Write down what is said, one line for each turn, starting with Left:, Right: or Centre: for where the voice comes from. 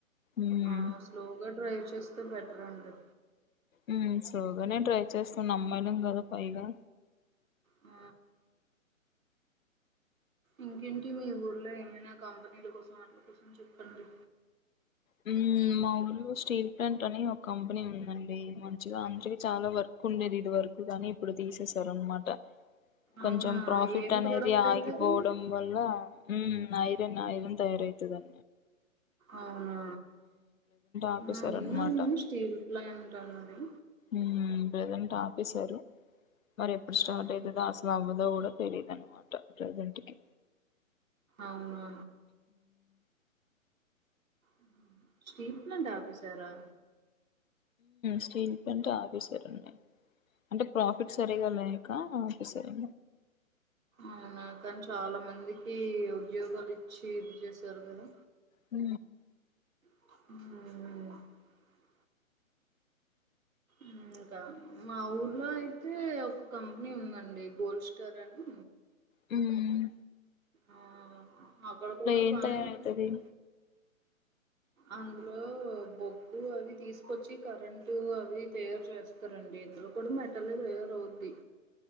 Left: ఉమ్
Right: ఆ స్లోగా డ్రైవ్ చేస్తే బెట్ రెండు
Left: హ్మ్ స్లో గానే డ్రైవ్ చేస్తాను అమ్మాయిలం కదా పైగా
Right: ఆ ఇంకేంటి మీ ఊర్లో ఏమైనా కంపెనీల కోసం వాటిల కోసం చెప్పండి
Left: హ్మ్ మా ఊర్లో స్టీల్ ప్లాంట్ అనే ఒక కంపెనీ ఉందండి మంచిగా అందరికి చాలా వర్క్ ఉండేది ఇది వరకు కానీ ఇప్పుడు తీసేసారు అనమాట కొంచెం
Right: అవునా
Left: ప్రాఫిట్
Right: ఏం
Left: అనేది
Right: ప్రోడక్ట్ అయితది
Left: ఆగిపోవడం వల్ల హ్మ్ ఐరన్ ఐరన్ తయారు అయితండి
Right: అవునా
Left: ఆపేశారు
Right: ఆ విన్నాను
Left: అనమాట
Right: స్టీల్ ప్లాంట్ అన్నది
Left: ఉమ్ ప్రెజెంట్ ఆప్ ప్పసారు మరి ఎప్పుడు స్టార్ట్
Right: ఊహు
Left: అవుతుందో అసలు అవ్వదా కూడా తెలీయదున్నమాట జంటికి
Right: అవునా ఉ స్టీల్ ప్లాంట్ ఆఫీసరా
Left: స్టీల్ ప్లాంట్ ఆఫీసర్న్ అంటే ప్రాఫిట్ సరిగాల ఇక ఆఫీసరి
Right: అవునా కాని చాలా మంది ఈ ఉద్యోగాలు ఇచ్చి ఇది చేస్త చరుకుదు
Left: హ
Right: ఆ ఇంకా మా ఊర్లో అయితే ఒక కంపెనీ ఉందండి గోల్డ్ స్టార్ అని
Left: హమ్
Right: ఆ అక్కడ కూడా
Left: ఏం
Right: బానే
Left: తయారవుతది
Right: ఉ అందులో బొగ్గు అవి తీసుకొచ్చి కరెంటు అవి తయారు చేస్తారండి ఇందులో కూడా మెటల్ తయారవుద్ది